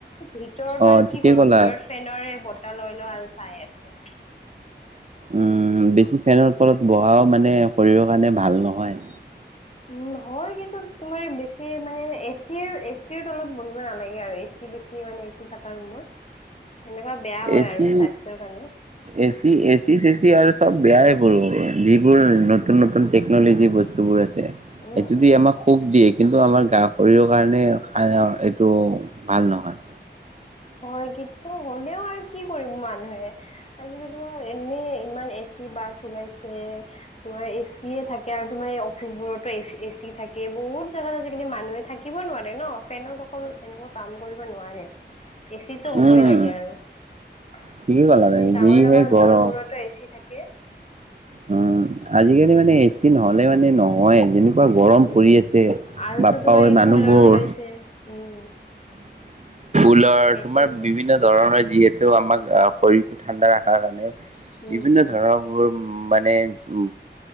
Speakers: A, on the left; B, on the right.
A: ভিতৰত
B: অ
A: আৰু
B: ঠিকেই
A: কি কৰি
B: ক'লা
A: ভিতৰত ফেনৰ হে বতাহ লৈ লৈ আৰু চাই আছে।
B: উম বেছি ফেনৰ তলত বহাও মানে শৰীৰৰ কাৰণে ভাল নহয়।
A: উম হয় কিন্তু তোমাৰ বেছি মানে এচি এচি ৰ তলত বহিব নালাগে আৰু এচি বেছি মানে এচি থকা ৰুমত সেনেকোৱা বেয়া হয়
B: এচি
A: আৰু স্বাস্থ্যৰ কাৰণে
B: এচি এচি চেচি আৰু চব বেয়াই হল যিবোৰ নতুন নতুন টেকনলজি বস্তুবোৰ আছে সেইটো
A: উম, উম।
B: দি আমাক সুখ দিয়ে। কিন্তু আমাৰ শৰীৰৰ কাৰণে সা- এইটো ভাল নহয়।
A: হয় কিন্তু হ'লেও আৰু কি কৰিম মানুহে। আজিকালি তোমাৰ এনে ইমান এ চি বাছ ওলাইছে, তোমাৰ এচিয়ে থাকে আৰু তোমাৰ এই অফিচবোৰতো এচ- এচি থাকে। বহুত জাগাত আজিকালি মানুহে থাকিব নোৱাৰে ন, ফেনত অকল এনেকোৱা কাম কৰিব নোৱাৰে। এচিটো হ'বই
B: উম
A: লাগে আৰু সেই
B: ঠিকেই ক'লা তুমি
A: ডাঙৰ
B: যিহে
A: ডাঙৰ
B: গৰম
A: মল বোৰতো এচি থাকে।
B: উম আজিকালি মানে এচি নহলে মানে নহয়ে যেনো পুৰা গৰম
A: উম
B: পৰি আছে
A: আৰুতো
B: বাপা
A: তোমাৰ
B: অই
A: এই
B: মানুহবোৰ
A: কুলাৰ ওলাইছে উম
B: ফুলৰ
A: সেইটোয়েতো
B: তোমাৰ বিভিন্ন ধৰণৰ যিহেতু আমাক আ শৰীৰটো ঠাণ্ডা ৰখাৰ কাৰণে
A: উম
B: বিভিন্ন
A: উম
B: ধৰণবোৰ উ মানে উ